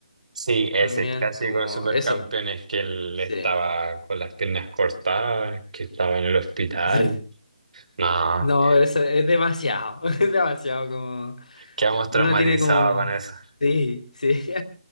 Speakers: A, on the right; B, on the left.
A: sí, ese
B: también,
A: clásico
B: como
A: de Supercampeones
B: eso.
A: que él
B: Sí.
A: estaba
B: <laughs>
A: con las piernas cortadas, que estaba en el hospital,
B: Sí.
A: no.
B: No, eso es demasiado, <laughs> es demasiado como...
A: Quedamos
B: Uno
A: traumatizados
B: tiene como...
A: con eso.
B: Sí, sí. <laughs>